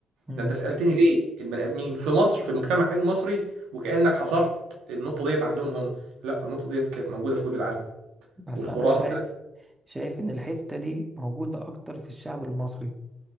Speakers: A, on the right; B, on the right.
A: مم.
B: ده انت سألتني ليه البني ادمين في مصر في المجتمع المصري وكأنك حصرت النقطة ديت عندهم هم لا النقطة ديت كانت موجودة في كل العالم
A: بس
B: والخرافة
A: انا شايف شايف ان الحتة دي موجودة اكتر في الشعب المصري